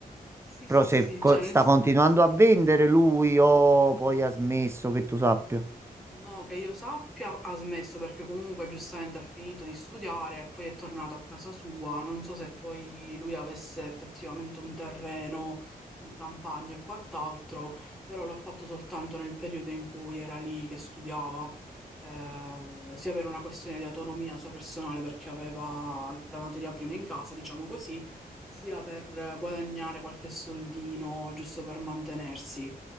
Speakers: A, in the centre; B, on the right.
A: Sì,
B: Però
A: sì,
B: se
A: sì,
B: co-
A: cioè,
B: sta
A: nel-
B: continuando a vendere lui o poi ha smesso, che tu sappia.
A: No, che io sappia, ha smesso perché comunque giustamente ha finito di studiare e poi è tornato a casa sua. Non so se poi lui avesse effettivamente un terreno in campagna e quant'altro, però l'ha fatto soltanto nel periodo in cui era lì che studiava, eh, sia per una questione di autonomia sua personale perché aveva la materia prima in casa, diciamo così, sia per guadagnare qualche soldino giusto per mantenersi.